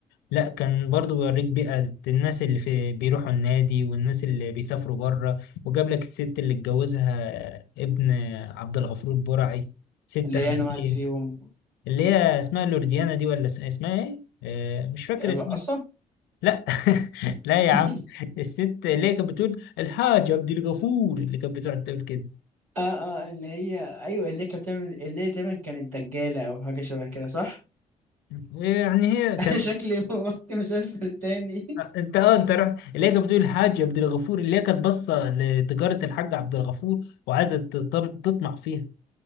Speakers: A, on the left; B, on the right.
A: لا كان برضو بيوريك بيئة الناس اللي في بيروحوا النادي والناس اللي بيسافروا بره وجاب لك الست اللي اتجوزها ابن عبد الغفور برعي ست
B: اللي
A: أمريكية
B: هي أنا واحدة فيهم
A: اللي هي اسمها لورديانا دي ولا اس- اسمها ايه؟ آه مش فاكر
B: رقصة
A: اسمها لا <laughs> لا يا
B: <laughs>
A: عم الست اللي هي كانت بتقول الحاجة عبد الغفور اللي كانت بتقعد تقول كده
B: اه اه اللي هي ايوه اللي هي كانت بتعمل اللي هي تقريبا كانت دجالة او حاجة شبه كده صح؟
A: يعني هي
B: <laughs>
A: كان
B: انا شكلي وقت مسلسل تاني <laughs>
A: انت اه انت رحت اللي هي كانت بتقول الحاج عبد الغفور اللي هي كانت باصه لتجاره الحاج عبد الغفور وعايزه تطم- تطمع فيها